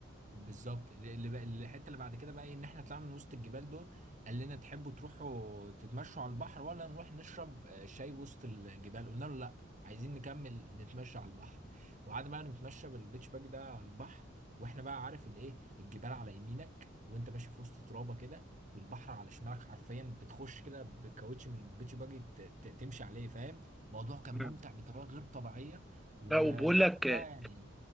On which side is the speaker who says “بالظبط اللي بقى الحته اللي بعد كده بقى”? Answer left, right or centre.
Right